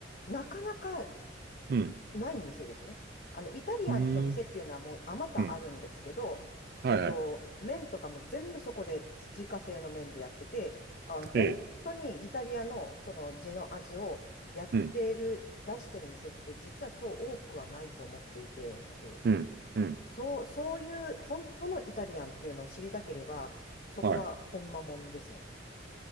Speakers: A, on the left (about 45°); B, on the right (about 55°).
A: なかなか
B: うん。
A: ない店ですね。あの、イタリアンの店っていうのはもうあまたあるんですけど、
B: うん。うんはいはい。
A: えっと、麺とかも全部そこで自家製の麺でやってて、あの、本当にイタリアのその地の味をやってる、
B: ええ。うん。
A: 出してる店って実はそう多くはないと思っていて、私。
B: うん。うん。
A: そう、そういう本当のイタリアンっていうのを知りたければ、そこは本間もんですね。
B: はい。